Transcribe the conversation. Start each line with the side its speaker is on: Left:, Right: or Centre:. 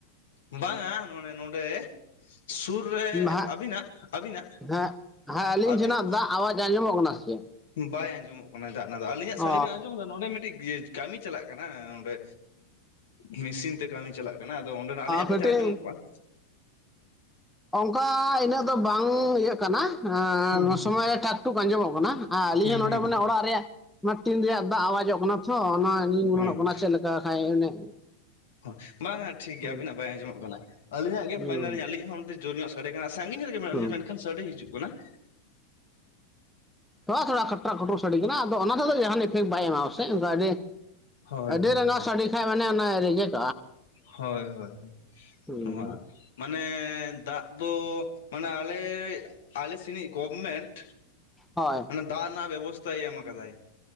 Left: ᱵᱟᱝᱟ ᱢᱟᱱᱮ ᱱᱚᱰᱮ ᱥᱩᱨ ᱨᱮ
Centre: ᱦᱟᱸᱜ
Left: ᱟᱵᱤᱱᱟᱜ ᱟᱵᱤᱱᱟᱜ
Centre: ᱦᱮᱸ ᱦᱮᱸ ᱟᱹᱞᱤᱧ
Left: ᱟᱵᱤᱱ
Centre: ᱴᱷᱮᱱᱟᱜ ᱫᱟᱜ ᱟᱣᱟᱡ ᱟᱸᱡᱚᱢᱚᱜ ᱠᱟᱱᱟ ᱥᱮ ᱪᱮᱫ
Left: ᱵᱟᱭ ᱟᱸᱡᱚᱢᱚᱜ ᱠᱟᱱᱟ ᱫᱟᱜ ᱱᱟ ᱫᱚ ᱟᱹᱞᱤᱧᱟᱜ ᱥᱟᱹᱲᱤ
Centre: ᱚ
Left: ᱵᱮᱱ ᱟᱸᱡᱚᱢᱫᱟ ᱱᱚᱰᱮ ᱢᱤᱫᱴᱤᱡ ᱠᱟᱹᱢᱤ ᱪᱟᱞᱟᱜ ᱠᱟᱱᱟ ᱚᱸᱰᱮ ᱢᱮᱥᱤᱱ ᱛᱮ ᱠᱟᱹᱢᱤ ᱪᱟᱞᱟᱜ ᱠᱟᱱᱟ ᱟᱫᱚ ᱾ ᱱᱚᱰᱮ ᱱᱟᱜ ᱟᱞᱤᱧᱟᱜ ᱯᱟᱪᱷᱮ
Centre: ᱠᱟᱹᱴᱤᱡ
Left: ᱟᱸᱡᱚᱢᱚᱜ ᱠᱟᱱ
Centre: ᱚᱝᱠᱟ ᱤᱱᱟᱹᱜ ᱫᱚ ᱵᱟᱝ ᱤᱭᱟᱹᱜ ᱠᱟᱱᱟ ᱾ ᱦᱟᱸ
Left: ᱦᱩᱸ
Centre: ᱱᱚᱣᱟ
Left: ᱦᱩᱸ
Centre: ᱥᱩᱢᱚᱭ ᱴᱟᱠ ᱴᱩᱠ ᱟᱸᱡᱚᱢᱚᱜ ᱠᱟᱱᱟ ᱟᱨ ᱟᱹᱞᱤᱧ
Left: ᱦᱩᱸ
Centre: ᱦᱚᱸ
Left: ᱦᱩᱸ
Centre: ᱱᱚᱰᱮ ᱢᱟᱱᱮ ᱚᱲᱟᱜ ᱨᱮᱭᱟᱜ ᱱᱚᱣᱟ ᱴᱤᱱ ᱨᱮᱭᱟᱜ ᱫᱟᱜ ᱟᱣᱟᱡᱚᱜ ᱠᱟᱱᱟ ᱛᱷᱚ ᱚᱱᱟ ᱜᱤᱧ ᱜᱩᱱᱟᱹᱱᱚᱜ
Left: ᱦᱳᱭ
Centre: ᱠᱟᱱᱟ ᱪᱮᱜ ᱞᱮᱠᱟ ᱠᱷᱟᱡᱽ ᱚᱱᱮ
Left: ᱦᱚ ᱵᱟᱝᱼᱟ ᱴᱷᱤᱠ ᱜᱮᱭᱟ
Centre: ᱦᱩᱸ
Left: ᱟᱵᱤᱱᱟᱜ ᱵᱟᱭ ᱟᱸᱡᱚᱢᱚᱜ ᱠᱟᱱᱟ ᱟᱹᱞᱤᱧᱟᱜ ᱜᱮ <unintelligible>
Centre: ᱦᱩᱸ
Left: ᱟᱹᱞᱤᱧᱟᱜ ᱦᱚᱸ ᱡᱳᱨ ᱧᱚᱜ ᱥᱟᱰᱮ ᱠᱟᱱᱟ ᱥᱟᱺᱜᱤᱧ ᱧᱚᱜ ᱨᱮᱜᱮ ᱢᱮᱱᱟᱜ
Centre: ᱦᱩᱸ
Left: ᱞᱤᱧᱟ ᱢᱮᱱᱠᱷᱟᱱ ᱥᱟᱰᱮ ᱦᱤᱡᱩᱜ ᱠᱟᱱᱟ ᱾
Centre: ᱛᱷᱚᱲᱟ ᱛᱷᱚᱲᱟ ᱠᱷᱟᱴ ᱴᱟ ᱠᱷᱩᱴᱩᱨ ᱥᱟᱰᱮ ᱠᱟᱱᱟ ᱟᱫᱚ ᱚᱱᱟ <unintelligible> ᱡᱟᱦᱟᱸ ᱱᱤᱯ ᱴᱷᱤᱠ ᱵᱟᱭ ᱮᱢᱟ ᱥᱮᱜ ᱟᱹᱰᱤ
Left: ᱦᱳᱭ
Centre: ᱟᱹᱰᱤ
Left: ᱦᱳᱭ
Centre: ᱨᱟᱸᱜᱟᱣ ᱥᱟᱰᱤ ᱠᱷᱟᱭ ᱢᱟᱱᱮ ᱚᱱᱮ ᱨᱮᱡᱮᱠᱴ..
Left: ᱦᱳᱭ ᱦᱳᱭ
Centre: ᱦᱩᱸ
Left: ᱱᱚᱣᱟ ᱢᱟᱱᱮ ᱫᱟᱜ ᱫᱚ ᱢᱟᱱᱮ ᱟᱞᱮ ᱟᱞᱮ ᱥᱮᱱᱤᱡ ᱜᱚᱵᱢᱮᱱᱴ
Centre: ᱦᱳᱭ
Left: ᱫᱟᱜ ᱱᱟ ᱵᱮᱵᱚᱥᱛᱷᱟ ᱮᱢ ᱠᱟᱫᱟᱭ